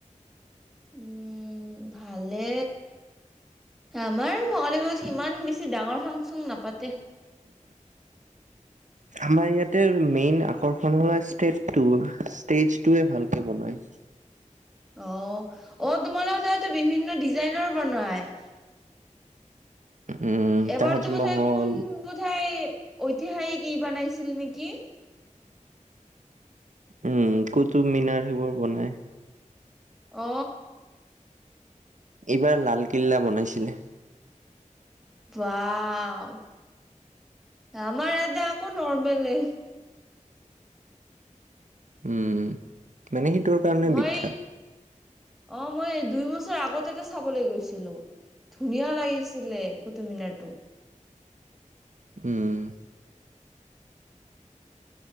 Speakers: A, in the centre; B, on the right (about 70°).
A: উম ভালে আমাৰ ৰাঙলী বিহুত ইমান বেছি ডাঙৰ ফাংচন নাপাতে
B: আমাৰ ইয়াতে মেইন আকৰ্ষণ হল ষ্টেজটো ষ্টেজটোৱে ভালকে বনায়
A: অ অ তোমাৰ লোকৰ তাতে বিভিন্ন ডিজাইনৰ বনাই
B: উম,
A: এবাৰতো
B: তাজমহল
A: বোধাই কোন বোধায় ঐতিহাসিক ই বনাইছিল নেকি
B: উম কুটো মিনাৰ সেইবোৰ বনাই
A: অ
B: এইবাৰ লালকিল্লা বনাইছিলে
A: বাও আমাৰ এতে আকৌ নৰ্মেলে
B: উম মানে সেইটোৰ কাৰণে
A: মই
B: বিখ্যাত
A: অ মই দুই বছৰ আগতেতে চাবলৈ গৈছিলো ধুনীয়া লাগিছিলে কুতুম মিনাৰটো
B: উম